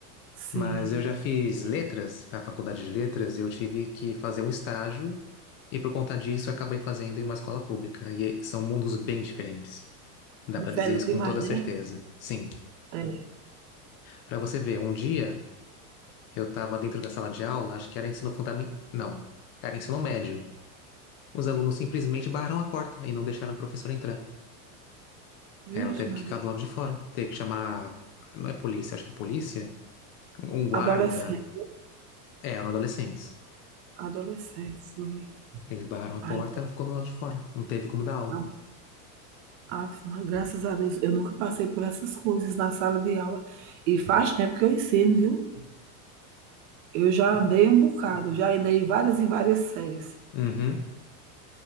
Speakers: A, on the right (about 50°); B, on the left (about 25°).
A: sim.
B: Mas eu já fiz letras, na faculdade de letras, e eu tive que fazer um estágio, e por conta disso eu acabei fazendo em uma escola pública. E são mundos bem diferentes. Dá
A: Diferente
B: pra dizer isso
A: demais,
B: com toda
A: né?
B: certeza. Sim.
A: É.
B: Pra você ver, um dia. Eu estava dentro da sala de aula, acho que era ensino fundamental. Não, era ensino médio. Os alunos simplesmente barraram a porta e não deixaram o professor entrar.
A: Vixe,
B: Aí Ela teve
A: Maria.
B: que ficar do lado de fora. Teve que chamar. Não é polícia, acho que é polícia? Um guarda.
A: Adolescente.
B: É, eram adolescentes.
A: Adolescente, sim.
B: Eles barraram a
A: Ai,
B: porta, ela ficou do lado de fora. Não teve como dar aula.
A: não. Ave Maria, graças a Deus, eu nunca passei por essas coisas na sala de aula. E faz tempo que eu ensino, viu? Eu já andei um bocado, já andei em várias em várias séries.
B: Uhum.